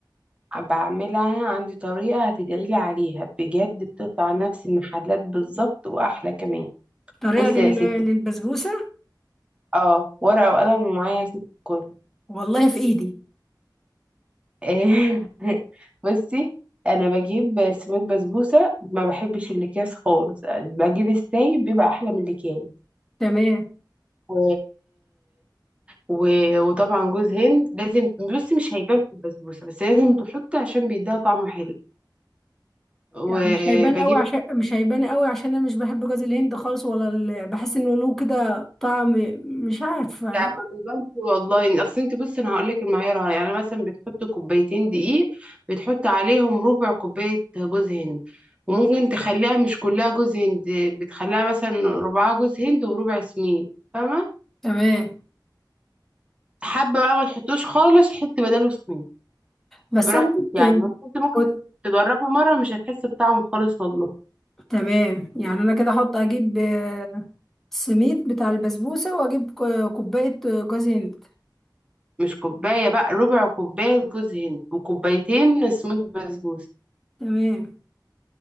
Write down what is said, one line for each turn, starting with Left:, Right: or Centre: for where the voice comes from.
Right: بعملها عندي طريقة هتدعيلي عليها بجد بتطلع نفس المحلات بالظبط وأحلى كمان
Centre: طريقة
Right: بصي
Centre: لل-
Right: يا ستي
Centre: للبسبوسة
Right: اه ورقة وقلم ومعايا يا ستي الكل
Centre: والله في ايدي
Right: <laughs> بصي أنا بجيب سميد بسبوسة ما بحبش الأكياس خالص بجيب السايب بيبقى أحلى من الأكياس
Centre: تمام
Right: و... و... وطبعا جوز هند لازم بصي مش هيبان في البسبوسة بس لازم تحطي عشان بيديها طعم حلو وبجيب
Centre: يعني مش هيبان قوي عشان مش هيبان قوي عشان انا مش بحب جوز الهند خالص ولا ال... بحس انه له كده طعم مش عارفه
Right: لا ما بيبانش والله اصل انت بصي انا هقول لك المعيار يعني مثلا بتحط كوبايتين دقيق بتحط عليهم ربع كوبايه جوز هند وممكن تخليها مش كلها جوز هند بتخليها مثلا ربعها جوز هند وربع سمين فاهمه
Centre: تمام
Right: حابه بقى ما تحطوش خالص حطي بداله سمين
Centre: بس
Right: براحتك
Centre: انا كنت
Right: يعني بس انت ممكن
Centre: كنت
Right: تجربي مره مش هتحسي بطعمه خالص والله
Centre: تمام يعني انا كده احط اجيب آه، السميد بتاع البسبوسه واجيب ك- كوبايه آه، جوز هند
Right: مش كوبايه بقى ربع كوبايه جوز هند وكوبايتين سميد بسبوسه
Centre: تمام